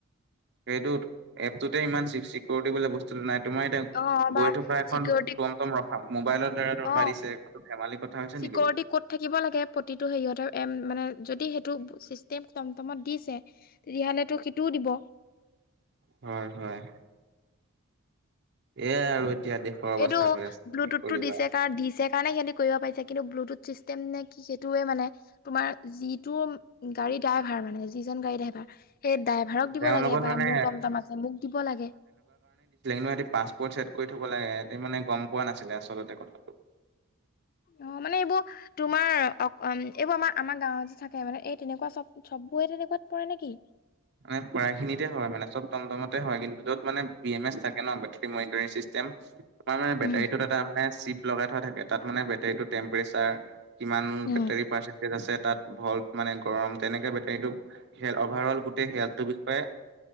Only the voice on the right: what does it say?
সেইটোত এপটোতে ইমান চিকিউৰিটি বুলিো বস্তুটো নাই। তোমাৰ এতিয়া
গৈ থকা এখন
টমটম ৰখা মোবাইলৰ দ্বাৰা ৰখা
দিছেো ধেমালি কথা হৈছে ন।
হয় হয়। এ আৰু। এতিয়া দেশৰ অৱস্থা
হৈ আছে
কি কৰিবা।
তেওঁৰ
লগত
মানে
পাছপৰ্ চছেট কৰি থব লাগে মানে গম পোৱা নাছিলে আচলতে কথাটো।
মানে পখিনিতে হয় মানে চতটমটমতে হয়। কিন্তু য'ত মানে বি এম এছ থাকে ন বেটী মনিটাৰিং চিষ্টেম। তাৰ মে বেটীত
এটা মে চিপ লগাই থোৱা থাকে তাত মানে বেটাৰী টেম্পচাৰ। কিমান
বেটাৰী পাইছে। তাত ভল্ট মানে গৰম তেনেকে বেটৰী অভাৰল গোটেই হেলৰ বিষয়ে-।